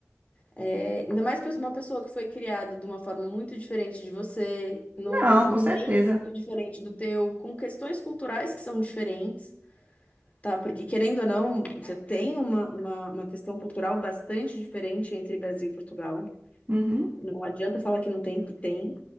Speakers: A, on the left; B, on the right.
A: É, ainda mais pra uma pessoa que foi criada de uma forma muito diferente de você, num,
B: Não,
A: num
B: com certeza.
A: meio muito diferente do teu, com questões culturais que são diferentes. Tá, porque querendo ou não, você tem uma, uma, uma questão cultural bastante diferente entre Brasil e Portugal.
B: Uhum,
A: Não adianta falar que não tem, que tem.